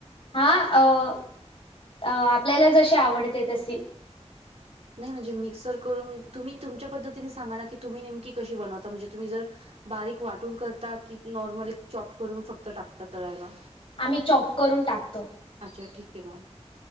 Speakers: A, on the left (about 50°); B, on the right (about 70°).
A: हा अ आपल्याला जशी आवडते तशी
B: नाही म्हणजे मिक्सर करून तुम्ही तुमच्या पद्धतीने सांगा ना की तुम्ही नेमकी कशी बनवता म्हणजे तुम्ही जर बारीक वाटून करता की नॉर्मल एक चॉप करून फक्त टाकता तळायला
A: आम्ही चॉफ करून टाकतो
B: अच्छा ठीक आहे म